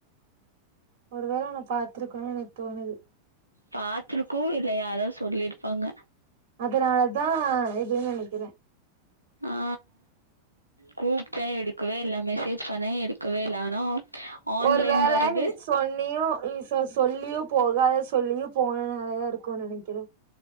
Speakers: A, on the right; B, on the right.
A: ஒருவேள நா பாத்துருக்கனு எனக்கு தோணுது
B: பாத்துருக்கு இல்ல யாரா சொல்லிருப்பாங்க
A: அதனாலதா இது நெனக்கிறே
B: ஆ கூப்ட்டே எடுக்கவே இல்ல மெசேஜ் பண்ணே எடுக்கவே இல்ல ஆனா ஆன்லைன்
A: ஒரு வேல
B: வருது
A: நீ சொன்னியு நீ சொ சொல்லியு போகாத சொல்லியு போன நாலதா இருக்கு நெனைக்கிறே